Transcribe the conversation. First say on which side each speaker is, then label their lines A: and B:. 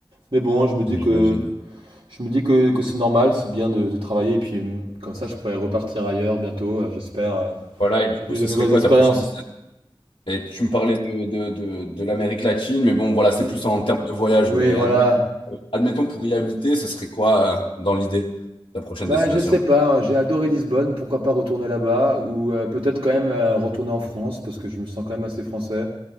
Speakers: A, on the right; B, on the left.
A: Mais bon, je me dis
B: j'imagine.
A: que je me dis que, que c'est normal, c'est bien de, de travailler, et puis hum, comme ça, je pourrais repartir ailleurs bientôt, euh, j'espère, euh,
B: Voilà, et du
A: pour
B: coup,
A: vivre
B: ce
A: de
B: serait
A: nouvelles
B: quoi
A: expériences.
B: ta prochaine destination? Et tu me parlais de, de, de, de l'Amérique latine, mais bon, voilà, c'est
A: Mm.
B: plus en termes de voyage.
A: Oui,
B: Mais
A: voilà.
B: admettons, admettons pour y habiter, ce serait quoi, euh, dans l'idée, ta prochaine
A: Bah,
B: destination?
A: je sais pas, hein, j'ai adoré Lisbonne, pourquoi pas retourner là-bas, ou euh, peut-être quand même euh, retourner en France, parce que je me sens quand même assez français.